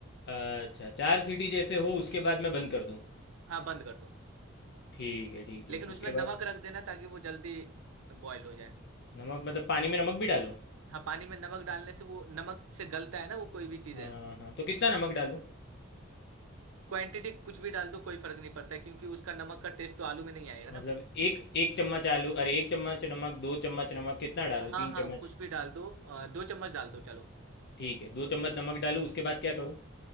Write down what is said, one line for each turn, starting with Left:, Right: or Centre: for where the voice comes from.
Left: अच्छा चार सीटी जैसे हो उसके बाद मैं बंद कर दूँ
Right: हाँ बंद कर दो
Left: ठीक है ठीक
Right: लेकिन
Left: है उसके
Right: उसमें नमक
Left: बाद
Right: रख देना ताकि वो जल्दी बॉईल हो जाए
Left: नमक मतलब पानी में नमक भी डालूँ
Right: हाँ पानी में नमक डालने से वो नमक से गलता है ना वो कोई भी चीज़
Left: हाँ
Right: है
Left: हाँ तो कितना नमक डालूँ
Right: क्वांटिटी कुछ भी डाल दो कोई फर्क नहीं पड़ता है, क्योंकि उसका नमक का टेस्ट तो आलू में नहीं आएगा ना
Left: मतलब एक एक चम्मच आलू अरे एक चम्मच नमक दो चम्मच नमक कितना डालूँ
Right: हाँ
Left: तीन
Right: हाँ
Left: चम्मच
Right: कुछ भी डाल दो अ, दो चम्मच डाल दो चलो
Left: ठीक है दो चम्मच नमक डालूँ उसके बाद क्या करूँ